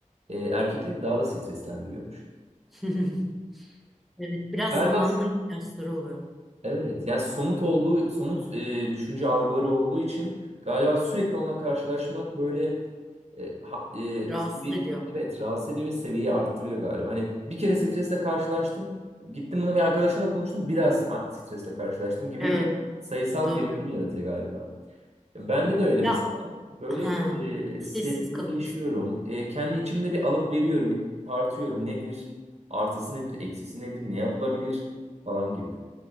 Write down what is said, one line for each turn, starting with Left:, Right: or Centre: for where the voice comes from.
Right: e, erkekleri daha da streslendiriyormuş.
Centre: <laughs> Evet. Biraz
Right: Galiba
Centre: zamanın ihtiyaçları oluyor.
Right: Evet, yani somut olduğu, somut e, düşünce algıları olduğu için galiba sürekli onunla karşılaşmak böyle E, ha- e,
Centre: Rahatsız
Right: sevi-
Centre: ediyor.
Right: evet rahatsız ediyor ve seviyeyi arttırıyor galiba. Hani bir kere stresle karşılaştım. Gittim buna bir arkadaşımla konuştum. Bir daha s- a- stresle karşılaştım gibi
Centre: Evet.
Right: bir sayısal
Centre: Doğru.
Right: birikim yaratıyor galiba. Bende de öyle
Centre: Ya
Right: mesela. Böyle
Centre: ha,
Right: e,
Centre: sessiz
Right: sessizleşiyorum.
Centre: kalıyorsun.
Right: E, kendi içimde bir alıp veriyorum. Bir tartıyorum. Nedir? Artısı nedir? Eksisi nedir? Ne yapılabilir? Falan gibi.